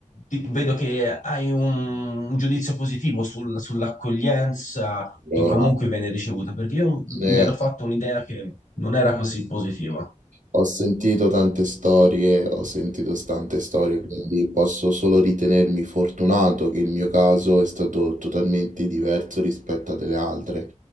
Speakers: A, on the left; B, on the right.
A: ti- vedo che hai un, un giudizio positivo sul- sull'accoglienza
B: allora,
A: che comunque viene ricevuta, perché io
B: ne-
A: mi ero fatto un'idea che non era così positiva.
B: Ho sentito tante storie, ho sentito tante storie, quindi posso solo ritenermi fortunato che il mio caso è stato totalmente diverso rispetto a delle altre.